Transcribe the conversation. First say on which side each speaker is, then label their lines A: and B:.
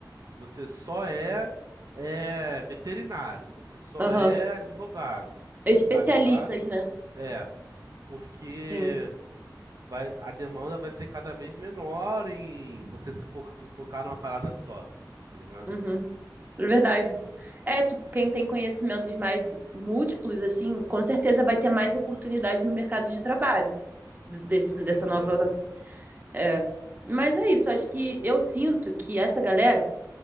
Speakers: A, on the right; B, on the right.
A: Você só é, é veterinário, você só
B: aham.
A: é advogado,
B: Especialistas,
A: tá ligado?
B: né?
A: É, porque
B: Sim.
A: vai, a demanda vai ser cada vez menor em você se fo- focar numa parada só, tá ligado?
B: Uhum. É verdade. É, tipo, quem tem conhecimentos mais múltiplos, assim, com certeza vai ter mais oportunidades no mercado de trabalho d- desse,
A: Com certeza.
B: dessa nova. é. Mas é isso, acho que eu sinto que essa galera,